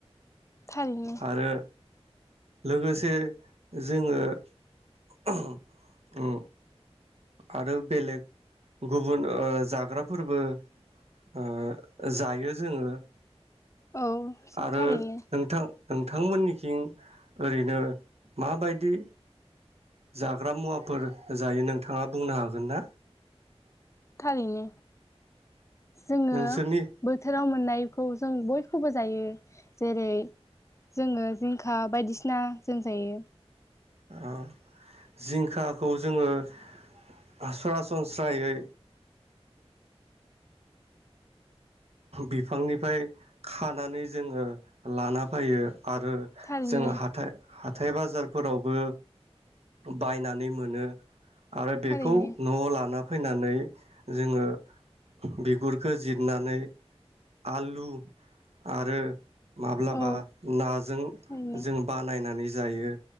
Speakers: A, on the left; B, on the right.
A: थारैनो
B: आरो लोगोसे जोङो उम आरो बेलेग गुबुन ओ जाग्राफोरबो ओ जायो जोङो
A: औ <unintelligible>
B: आरो
A: थारैनो
B: नोंथां नोंथांमोननिखिं ओरैनो माबायदि जाग्रा मुवाफोर जायो नोंथाङा बुंनो हागोन ना?
A: थारैनो जोङो
B: नोंसोरनि
A: बोथोराव मोननायखौ जों बय खौबो जायो जेरै जोङो जिंखा बायदिसिना जों जायो।
B: ओ जिंखाखौ जोंङो आ सरासनस्रायै बिफांनिफ्राय खानानै जोंङो लाना फाययो। आरो
A: थारैनो
B: जोंङो हाथाय हाथाय बाजारफोरावबो बायनानै मोनो। आरो बेखौ
A: थारैनो
B: न'आव लाना फैनानै जोंङो बिगुरखो जिरनानै आलु आरो माब्लाबा
A: औ
B: नाजों
A: थारैनो
B: जों बानायनानै जायो